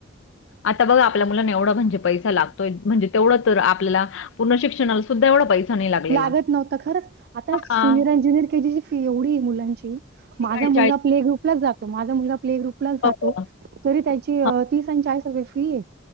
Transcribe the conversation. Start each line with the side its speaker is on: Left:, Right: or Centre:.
Left: आता बघा आपल्या मुलांना एवढा म्हणजे पैसा लागतोय म्हणजे तेवढं तर आपल्याला पूर्ण शिक्षणाला सुद्धा एवढा पैसा नाही लागलेला
Right: लागत नव्हता खरंच आता सिनियर
Left: हां
Right: आणि ज्युनियर केजीची फी एवढी हे मुलांची माझा
Left: आणि
Right: मुलगा प्ले ग्रुपलाच जातो माझा मुलगा प्ले ग्रुपलाच
Left: हो,
Right: जातो
Left: हो.
Right: तरी त्याची
Left: हां,
Right: तीस आणि चाळीस रुपये फीये.